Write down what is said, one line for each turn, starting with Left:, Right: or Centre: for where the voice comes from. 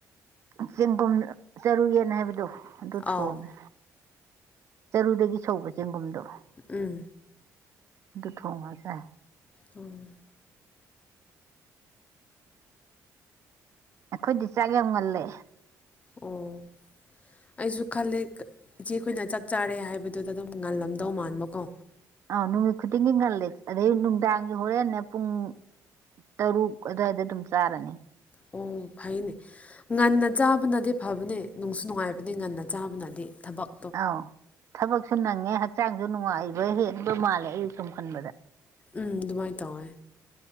Right: ꯆꯦꯡꯒꯨꯝ ꯆꯔꯨ ꯌꯦꯟ ꯍꯥꯏꯕꯗꯣ ꯑꯗꯨ ꯊꯣꯡꯉꯦ
Left: ꯑꯥꯎ
Right: ꯆꯔꯨꯗꯒꯤ ꯁꯧꯕ ꯆꯦꯡꯒꯨꯝꯗꯣ
Left: ꯎꯝ
Right: ꯑꯗꯨ ꯊꯣꯡꯉꯥ ꯆꯥꯏ
Left: ꯎꯝ
Right: ꯑꯈꯣꯏꯗꯤ ꯆꯥꯛ ꯌꯥꯝ ꯉꯜꯂꯦ
Left: ꯑꯣ ꯑꯩꯁꯨ ꯈꯜꯂꯦ ꯏꯆꯦꯈꯣꯏꯅ ꯆꯥꯛ ꯆꯥꯔꯦ ꯍꯥꯏꯕꯗꯨꯗ ꯑꯗꯨꯝ ꯉꯜꯂꯝꯗꯧ ꯃꯥꯟꯕꯀꯣ
Right: ꯑ ꯅꯨꯃꯤꯠ ꯈꯨꯗꯤꯡꯒꯤ ꯉꯜꯂꯦ ꯑꯗꯩ ꯅꯨꯡꯗꯥꯡꯖꯨ ꯍꯣꯔꯦꯟꯅꯦ ꯄꯨꯡ ꯇꯔꯨꯛ ꯑꯗꯥꯏꯗ ꯗꯨꯝ ꯆꯥꯔꯅꯤ
Left: ꯎꯝ ꯐꯩꯅꯦ ꯉꯟꯅ ꯆꯥꯕꯅꯗꯤ ꯐꯕꯅꯦ ꯅꯨꯡꯁꯨ ꯅꯨꯡꯉꯥꯏꯕꯅꯤ ꯉꯟꯅ ꯆꯥꯕꯅꯗꯤ ꯊꯕꯛ
Right: ꯑ ꯊꯕꯛꯁꯨ ꯅꯪꯉꯦ ꯍꯛꯆꯥꯡꯁꯨ ꯅꯨꯡꯉꯥꯏꯕ ꯍꯦꯟꯕ ꯃꯥꯜꯂꯦ ꯑꯩꯅ ꯁꯨꯝ ꯈꯟꯕꯗ
Left: ꯎꯝ ꯗꯨꯃꯥꯏꯅ ꯇꯧꯋꯦ